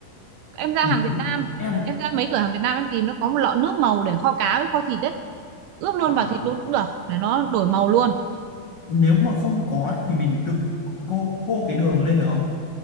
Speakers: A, on the right; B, on the left.
A: Em ra hàng
B: Ui
A: Việt Nam,
B: em
A: em ra mấy cửa hàng Việt Nam em tìm nó có một lọ nước màu để kho cá với kho thịt ấy. Ướp luôn
B: à,
A: vào thịt luôn cũng được để nó đổi màu luôn.
B: nếu mà không có thì mình tự cô cô cái đường lên được không?